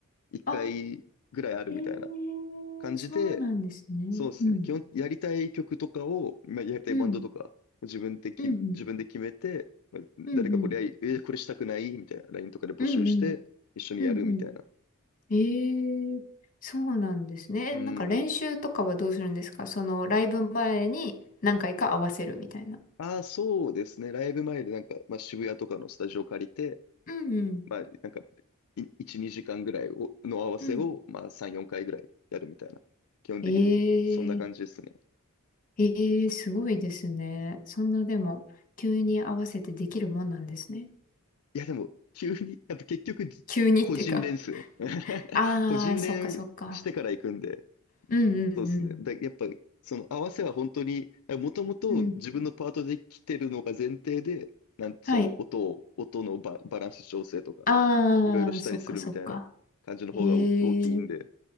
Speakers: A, on the left (about 75°); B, on the left (about 35°).
A: 1回ぐらいあるみたいな
B: あ、ええ
A: 感じで、
B: そうなんですね。
A: そうですね。
B: うん、
A: 基本、やりたい曲とかを、まあ、やりたいバンドとか、
B: うん、
A: 自分でき、
B: うん、
A: 自分で決めて、まあ誰かこれやり、
B: うん、うん、
A: えこれしたくないみたいな、LINE とかで募集して、
B: うん、うん、
A: 一緒にやるみたいな。
B: うん、うん。ええそうなんですね。えなんか練習とかはどうするんですかその、
A: うん。
B: ライブ前に何回か合わせるみたいな。
A: ああ、そうですね。ライブ前でなんか、まあ、渋谷とかのスタジオ借りて、
B: うん、うん、
A: まあ、なんか、い1、2時間ぐらいをの合わせを、
B: うん。
A: まあ、3、4回ぐらいやるみたいな。基本的に、
B: ええ
A: そんな感じですね。
B: ええすごいですね。そんなでも、急に合わせてできるもんなんですね。
A: いや、でも、急に、やっぱ結局、
B: <laughs> 急にってか。
A: 個人練っすね。<laughs>
B: ああ、
A: 個人練してから行くんで、
B: そっかそっか。うんう
A: そうですね。
B: ん
A: だ、やっぱ、その合わせは本当に、もともと自分のパートで来てるのが前提で、
B: うん。うん。
A: なんその音を、
B: はい。
A: 音のバ、バランス調整とか、
B: ああ、
A: いろいろしたりするみたいな感じの方がお大きいんで、
B: そっかそっか。ええ